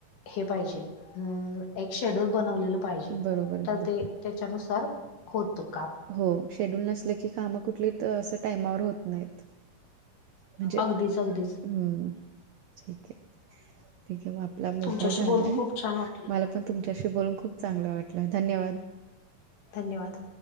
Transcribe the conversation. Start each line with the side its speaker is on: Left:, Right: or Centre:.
Left: हे पाहिजे, एक शेड्युल बनवलेल. हिजे
Right: बरोबर एकदम
Left: तर ते त्याच्यानुसार होत का.
Right: हो शेड्यूल नसलं की कामं कुठली असं टाइमावर होत नाहीत. म्हणजे
Left: अगदीस अगदीस.
Right: हम्म ठीक आहे ठीक आहे मग आपला मुद्दा
Left: तुमच्याशी
Right: झालाय
Left: बोलून खूप छान वाटलं
Right: मला पण. तुमच्याशी बोलून खूप चांगलं वाटलं धन्यवाद.
Left: धन्यवाद!